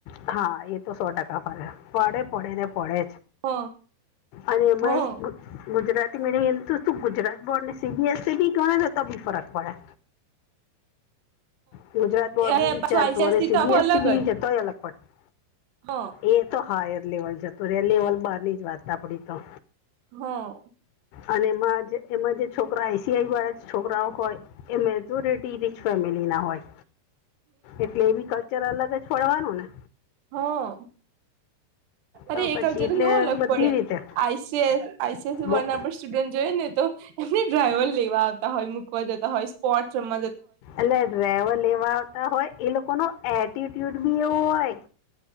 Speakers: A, on the left (about 80°); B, on the right (about 80°).
A: હા એ તો સો ટકા ફરે પડે પડે ને પડે
B: હ
A: અને એમાંય
B: હ હ
A: ગુજરાતી મિડિયમ <unintelligible> ગુજરાત બોર્ડ ને C B S C B ગણે ને તો બી ફરક પડે. ગુજરાત બોર્ડ
B: એ
A: બી વિચારતું
B: પાછું આઈસીએસસી
A: અને સી
B: તો આખું
A: બી એસ
B: અલગ
A: સી બી
B: જ
A: જતાય અલગ પડે.
B: હ.
A: એ તો હા એર લેવલ જતું રે લેવલ બારની જ વાત આપડી તો.
B: હા.
A: અને એમાં એમાં જે છોકરા એશી આઈ વાળા છોકરાઓ હોય એ મેજોરિટી રીચ ફેમિલીના હોય. એટલે એ બી કલ્ચર અલગ જ પડવાનું ને,
B: હ અરે
A: તો
B: એકલજ
A: પછી એટલે
B: તો કેવું અલગ
A: બધી
B: પડે
A: રીતે
B: આઈસીએસ આઈસીએસના
A: બો
B: સ્ટુડન્ટ જોઈ ને તો એમને ડ્રાઈવર લેવા આવતા હોય, મૂકવા જતા હોય સ્પોટ રમ
A: એટલે ડ્રાઈવર લેવા આવતા હોય એ લોકો ન એટીટ્યુડ બી એવું હોય.